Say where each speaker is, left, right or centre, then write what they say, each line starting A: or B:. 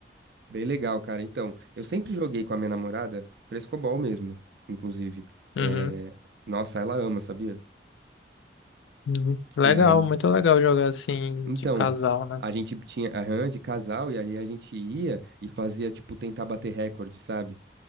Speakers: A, on the right; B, on the left.
A: Bem legal, cara. Então, eu sempre joguei com a minha namorada frescobol mesmo, inclusive. É,
B: Uhum.
A: Nossa, ela ama, sabia?
B: Uhum. Legal,
A: E aí,
B: muito legal jogar assim
A: então,
B: de casal, né?
A: a gente tinha aham, de casal e aí a gente ia e fazia, tipo, tentar bater recorde, sabe?